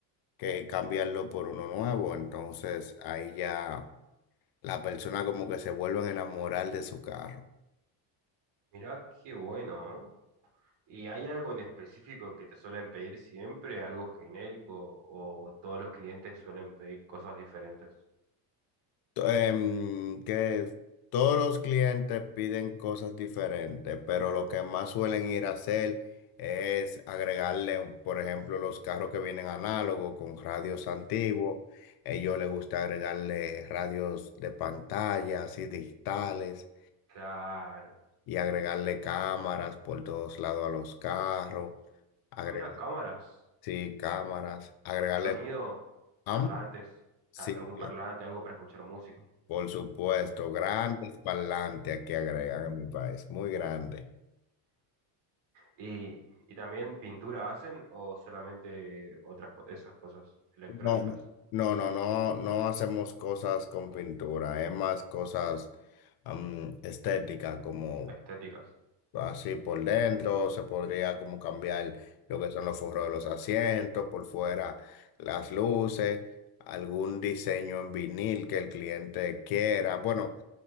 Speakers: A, on the left; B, on the right.
A: que cambiarlo por uno nuevo. Entonces ahí ya la persona como que se vuelven a enamorar de su carro.
B: Mira, qué bueno. ¿eh? ¿Y hay algo en específico que te suelen pedir siempre? ¿Algo genérico? ¿O todos los clientes suelen pedir cosas diferentes?
A: Em, que todos los clientes piden cosas diferentes, pero lo que más suelen ir a hacer es agregarle, por ejemplo, los carros que vienen análogos con radios antiguos. Ellos les gusta agregarle radios de pantalla, así digitales.
B: Claro.
A: y agregarle cámaras por todos lados a los carros, agregar,
B: Ah, mira, cámaras.
A: sí, cámaras, agregarle,
B: Y sonido,
A: am-
B: parlantes,
A: sí,
B: a- algún parlante, algo para escuchar música.
A: por supuesto, grandes parlantes que agregan en mi país, muy grande.
B: Y, y también pintura hacen o solamente otras co- esas cosas electrónicas,
A: No, no, no, no, no, no hacemos cosas con pintura, es más cosas am, estéticas como
B: estéticas.
A: Así por dentro se podría como cambiar lo que son los forros de los asientos, por fuera las luces, algún diseño en vinil que el cliente quiera. Bueno,